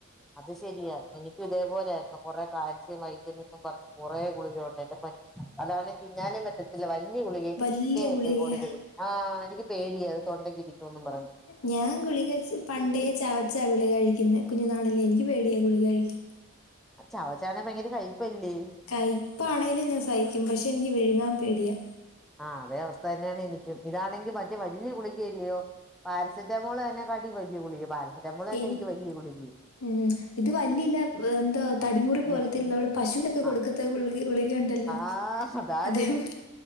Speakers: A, in the centre; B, on the left (about 85°).
A: അത് ശരിയ എനിക്കും ഇതേപോലെ ആയിര്ന്നു കൊറെ കാൽസ്യം വൈറ്റമിൻന്ന് പറഞ്ഞ് കുറെ ഗുളിക ഉണ്ട് <unintelligible> അതാണേ തിന്നാനും പറ്റ ത്തില്ല വല്ലിയ ഗുളിക എനിക്ക്
B: വല്യ
A: ഇഷ്ടേ അല്ല
B: ഗുളികയാ
A: ഈ <unintelligible> ആഹ് എനിക്ക് പേടിയ അത്‌ തൊണ്ടക്ക് ഇരിക്കുന്ന് പറഞ്ഞു
B: ഞാൻ ഗുളിക പണ്ടേ ചവച്ചാ ഗുളിക കഴിക്കുന്നെ കുഞ്ഞു നാളിലേ എനിക്ക് പേടിയാ ഗുളിക കഴിക്കാൻ
A: ചവച്ചാണെ ഭയങ്കര കയിപ്പല്ലേ
B: കൈപ്പാണേലും ഞാൻ സഹിക്കും പക്ഷെ എനിക്ക് വിഴുങ്ങാൻ പേടിയാ
A: ആഹ് അതേ അവസ്ഥ തന്നെയാണ് എനിക്കും ഇതാണെങ്കി മറ്റേ വല്ല്യ ഗുളിക അല്ലിയോ പാരസെറ്റമോൾ അയിന്നെ കാട്ടി വലിയ ഗുളികയാ പാരസെറ്റമോൾ തന്നെ
B: എനി
A: എനിക്ക് വലിയ ഗുളികയാ
B: ഉം ഇത് വല്ലില്ല എന്തോ തടിമുറി പോലത്തെ
A: ഉം
B: നമ്മള് പശൂനൊക്കെ കൊടുക്ക
A: ആഹ്
B: ഗുളിക ഗുളികണ്ടല്ലോ
A: ആഹ് അതാണ്
B: അതേ പോലെ